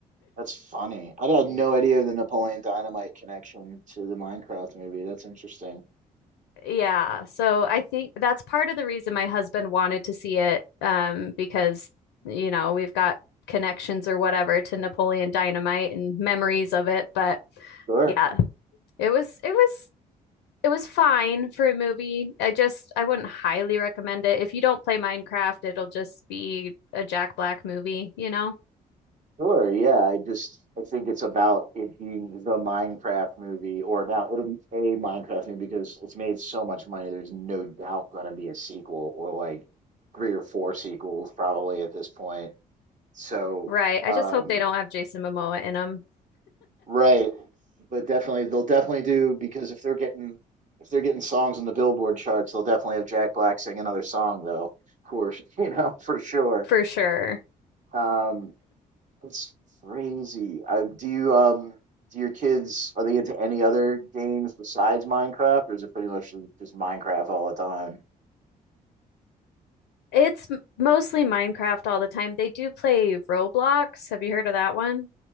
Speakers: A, on the right; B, on the left.
A: That's funny. I had
B: Yeah.
A: no idea the Napoleon Dynamite connection to the Minecraft movie. That's interesting.
B: Yeah, so I think that's part of the reason my husband wanted to see it, um, because, you know, we've got connections or whatever to Napoleon Dynamite and memories of it, but.
A: Sure.
B: Yeah, It was it was it was fine for a movie. I just I wouldn't highly recommend it. If you don't play Minecraft, it'll just be a Jack Black movie, you know?
A: Sure. Yeah. I just, I think it's about it being the Minecraft movie, or now it'll be a Minecraft movie because it's made so much money. There's no doubt going to be a sequel or like three or four sequels probably at this point. So,
B: Right. I
A: um,
B: just hope they don't have Jason Momoa in them
A: Right. But definitely they'll definitely do because if they're getting if they're getting songs in the Billboard charts, they'll definitely have Jack Black sing another song though, for <laughs> s- you know, for sure.
B: for sure.
A: Um it's crazy. I, do you um do your kids are they into any other games besides Minecraft or is it pretty much just Minecraft all the time?
B: It's m- mostly Minecraft all the time. They do play Roblox. Have you heard of that one?